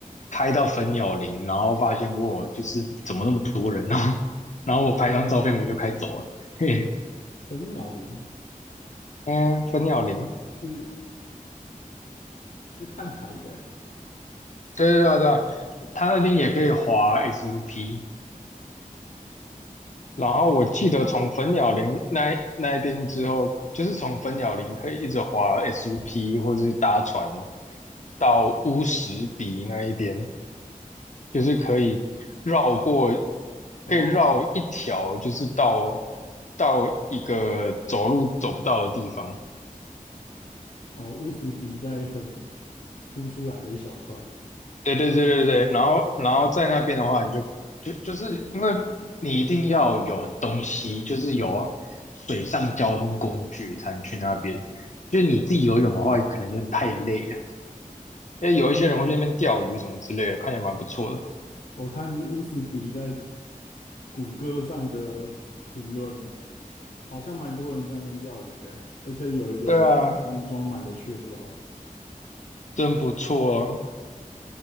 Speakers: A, on the left (about 55°); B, on the left (about 85°).
A: 开到粉鸟林，然后发现我就是怎么那么多人哦，<laughs> 然后然后我拍张照片我就开走了，<laughs> 嘿，
B: 粉鸟林
A: 嗯，粉鸟林，
B: 是是看海的欸
A: 对对对啊对啊，他那边也可以滑 SUP，然后我记得从粉鸟林那那一边之后，就是从粉鸟林可以一直滑 SUP 或者是搭船到乌石鼻那一边，就是可以绕过，
B: 哦。
A: 可以绕一条，就是到到一个走路走不到的地方。
B: 哦，乌斯鼻在很凸出来的一小块。
A: 对对对对对，然后然后在那边的话，你就就就是因为你一定要有东西，就是有水上交通工具才能去那边。就是你自己游泳的话，可能有点太累了。因为有一些人会去那边钓鱼什么之类的，看起来蛮不错的。
B: 我看乌斯鼻在谷歌上的评论，好像蛮多人在那边钓鱼的，而且有一个人的冰箱装满了雀鲷，
A: 对啊，真不错，